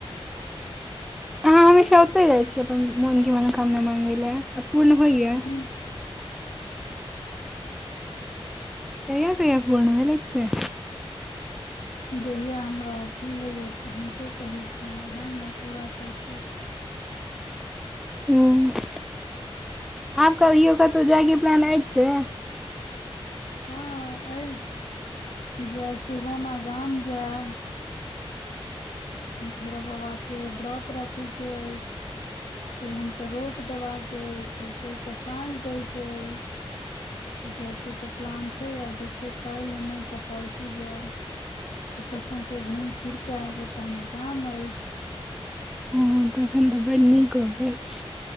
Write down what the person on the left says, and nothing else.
हूँ
जहिया हमरा अथी होइया तऽ हुनके कहै छियनि उएह हमर पूरा करतथि।
हँ अछि जेऽब सुगौना गाम जेऽब। भैरव बाबाक के व्रत रखै के अछि। फेर हुनकर रोट देबाके अइ फेर सहिकेऽ साँझ दैके अछि। तऽ जायके तऽ प्लान छैय आब देखियौ काल्हि नहि तऽ परसू जेऽब। ओतऽ सौंसे घुमि फिर के एब ओतऽ हमर गाम अछि।